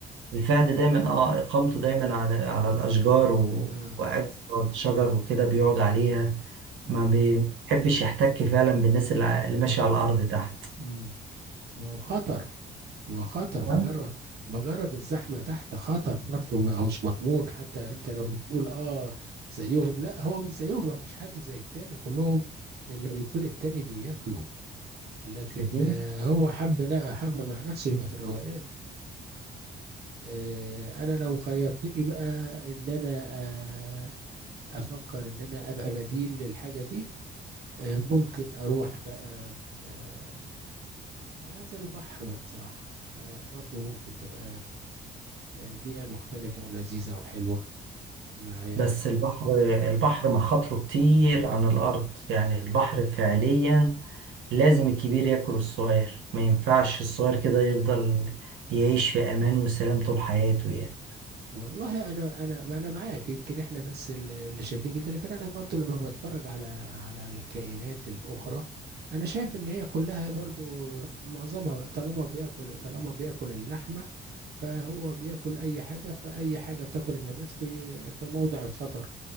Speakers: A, on the right; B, on the right.
A: الفهد دايما اه اقامته دايما على على الاشجار و...
B: اه
A: وقاعد على الشجر وكده بيقعد عليها
B: امم
A: ما بيحبش يحتك فعلا بالناس اللي ع- اللي ماشيه على الارض تحت
B: امم ما هو خطر ما هو خطر
A: آه،
B: مجرد مجرد الزحمه تحت خطر برضه ما هوش مضمون حتى انت لو بتقول اه زيهم لا هو مش زيهم ما فيش حد زي التاني كلهم اللي بيطول التاني بياكلوا لكن
A: شايفين؟
B: آه هو حب نا- حب مع نفسه يبقى في الروقان آه انا لو خيرتني بقى ان انا آه افكر ان انا ابقى بديل للحاجه دي آه ممكن اروح بقى آه، انزل البحر بقى بصراحة آه، برضو ممكن تبقى آه، بيئة مختلفة ولذيذة وحلوة معايا
A: بس البحر البحر مخاطره كتير عن الارض يعني البحر فعليا لازم الكبير ياكل الصغير ما ينفعش الصغير كده يفضل يعيش في امان وسلام طول حياته يعني
B: والله انا انا انا معاك يمكن احنا بس ال- اللي شايفين كده لكن انا برضو لما بتفرج على على الكائنات الاخرى انا شايف ان هي كلها برضو معظمها طالما بياكل طالما بياكل اللحمة فهو بياكل اي حاجة فاي حاجة بتاكل النبات في في موضع الخطر